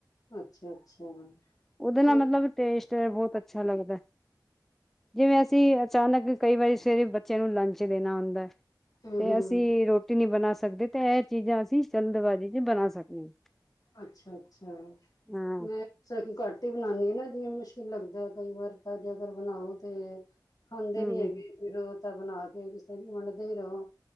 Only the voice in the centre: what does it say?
ਉਹਦੇ ਨਾਲ
ਮਤਲਬ ਟੇਸਟ ਬਹੁਤ ਅੱਛਾ ਲੱਗਦਾ। ਜਿਵੇਂ ਅਸੀਂ ਅਚਾਨਕ ਕਈ ਵਾਰੀ ਸਵੇਰੇ ਬੱਚਿਆਂ ਨੂੰ ਲੰਚ ਦੇਣਾ ਹੁੰਦਾ
ਤੇ
ਅਸੀਂ ਰੋਟੀ ਨਹੀਂ ਬਣਾ ਸਕਦੇ ਤੇ ਇਹ ਚੀਜ਼ਾਂ ਅਸੀਂ ਚਲਦਬਾਜ਼ੀ ਚ ਬਣਾ ਸਕਦੇ ਹਾਂ।
ਹਾਂ
ਹਮ